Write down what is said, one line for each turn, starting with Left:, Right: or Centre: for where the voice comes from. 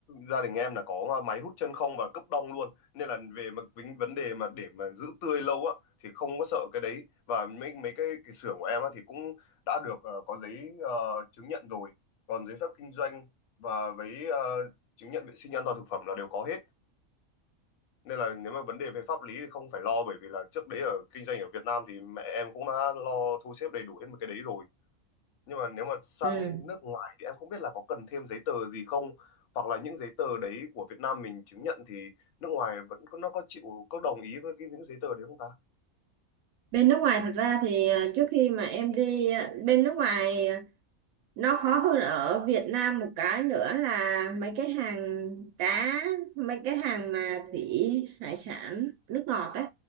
Left: gia đình em là có máy hút chân không và cấp đông luôn nên là về mà vấn vấn đề mà để mà giữ tươi lâu á thì không có sợ cái đấy và mấy mấy cái, cái xưởng của em á thì cũng đã được ờ, có giấy ờ, chứng nhận rồi còn giấy phép kinh doanh và với ờ, chứng nhận vệ sinh an toàn thực phẩm là đều có hết nên là nếu mà vấn đề về pháp lý thì không phải lo bởi vì là trước đấy ở kinh doanh ở Việt Nam thì mẹ em cũng đã lo thu xếp đầy đủ hết một cái đấy rồi nhưng mà nếu mà sang
Right: Ừm.
Left: nước ngoài thì em không biết là có cần thêm giấy tờ gì không hoặc là những giấy tờ đấy của Việt Nam mình chứng nhận thì nước ngoài vẫn có nó có chịu có đồng ý với cái những giấy tờ đấy không ta
Right: bên nước ngoài thật ra thì à, trước khi mà em đi à, bên nước ngoài ờ, nó khó hơn ở Việt Nam một cái nữa là mấy cái hàng cá mấy cái hàng mà thủy hải sản nước ngọt đấy